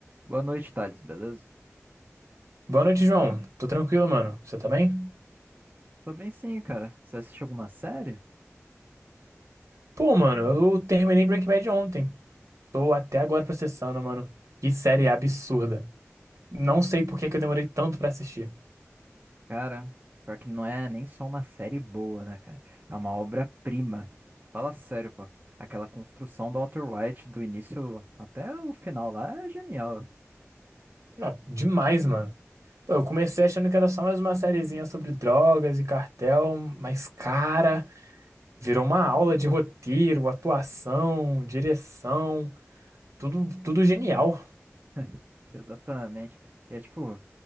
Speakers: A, on the right (about 35°); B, on the right (about 80°).
A: Boa noite, Thales, beleza?
B: Boa noite, João. Tô tranquilo, mano. Você tá bem?
A: Tô bem sim, cara. Você assistiu alguma série?
B: Pô, mano, eu terminei Breaking Bad ontem. Tô até agora processando, mano. Que série absurda. Não sei por que que eu demorei tanto pra assistir.
A: Cara, pior que não é nem só uma série boa, né, cara? É uma obra-prima. Fala sério, pô. Aquela construção do Walter White do início até o final lá é genial.
B: Não, demais, mano. Pô, eu comecei achando que era só mais uma sériezinha sobre drogas e cartel, mas, cara, virou uma aula de roteiro, atuação, direção, tudo, tudo genial.
A: <laughs> Exatamente. E é tipo,